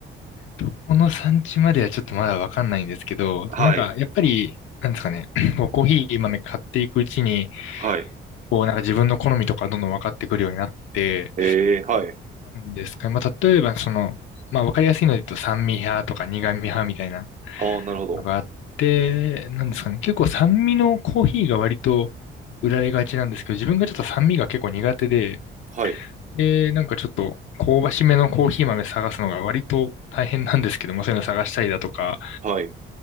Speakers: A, on the left; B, on the right.
A: どこの産地まではちょっとまだわかんないんですけど、
B: はい。
A: でもなんか、やっぱり、なんですかね、<clears throat> こうコーヒー豆買っていくうちに、
B: はい。
A: こう、なんか自分の好みとかどんどん分かってくるようになって、
B: ええ、はい。
A: なんですかね、まあ、例えば、その、まあ、わかりやすいので言うと、酸味派とか苦味派みたいな
B: ああ、なるほど。
A: のがあって、なんですかね、結構酸味のコーヒーが割と売られがちなんですけど、自分がちょっと酸味が結構苦手で、
B: はい。
A: で、なんかちょっと香ばしめのコーヒー豆探すのが割と大変なんですけども、そういうの探したりだとか、
B: はい。